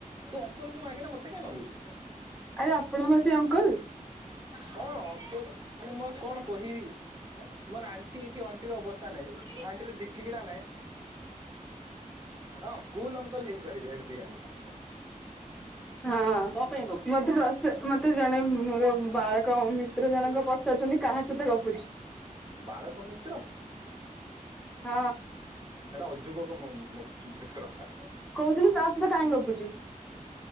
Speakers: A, on the right (about 30°); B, in the centre.
A: ତୁ ଅଙ୍କଲ୍ ଙ୍କୁ ମାଗେନା ମତ୍- ମତେ କାଇଁ ମାଗୁଛୁ।
B: ଆରେ ଆପଣ ବା ସେ ଅଙ୍କଲ
A: ହଁ ଅଙ୍କ ମାନେ ମୁଁ ଆଉ କଣ କହିବି। ମୋର ଆଣ୍ଟି ଏଠି ଅଣ୍ଟିର ଅବସ୍ଥା ନାହିଁ। ଆଣ୍ଟିର ଠିକ୍ ଠିକଣା ନାହିଁ। ହଁ କୁଲ୍ ଅଙ୍କଲ୍ ହେଇପାରିବେ। At the ଏଣ୍ଟ। <inaudible>
B: ହଁ। ମତେ ରସ ମତେ ଜଣେ ମୋର ବାଳକ ମିତ୍ର ଜଣଙ୍କ ପ କହୁଛନ୍ତି କାହା ସହିତ ଗପୁଛୁ
A: ବାଳକ ମିତ୍ର
B: ହ।
A: ହେଟା ଅଯୁବକ ମୋ ମୋ ମିତ୍ର ହେଟା।
B: କହୁଛନ୍ତି ତା ସହିତ କାଇଁ ଗପୁଛୁ।